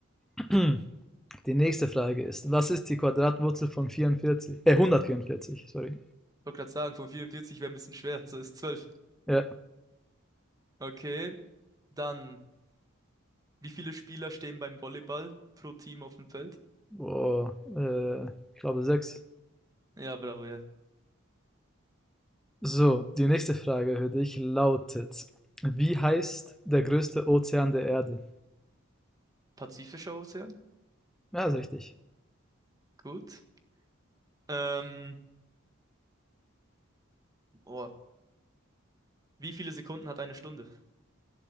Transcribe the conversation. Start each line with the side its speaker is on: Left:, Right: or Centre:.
Centre: <clears throat> die nächste Frage ist, was ist die Quadratwurzel von 44? Äh, 144, sorry.
Right: Wollte gerade sagen, von 44 wäre ein bisschen schwer. So ist 12.
Centre: Ja,
Right: Okay. Dann. Wie viele Spieler stehen beim Volleyball pro Team auf dem Feld?
Centre: Boah, äh, ich glaube sechs.
Right: Ja, bravo, ja.
Centre: So, die nächste Frage für dich lautet: Wie heißt der größte Ozean der Erde?
Right: Pazifischer Ozean.
Centre: Ja, ist richtig.
Right: Gut. Ähm, oh. Wie viele Sekunden hat eine Stunde?